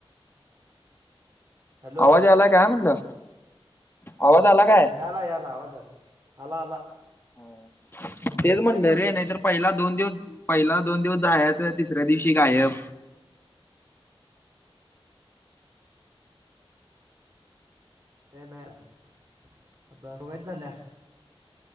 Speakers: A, on the right (about 40°); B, on the left (about 25°).
A: हॅलो
B: आवाज यालयका काय म्हणलं आवाज अलाग काय?
A: याला याला आवाजला अला अला.
B: हा तेच म्हणलं
A: करतोयस
B: रे नाहीतर पहिला दोन दिवस पहिला दोन दिवस जायच तिसऱ्या दिवशी गायब
A: हे नाय यार, चल चल सवयच झाल्या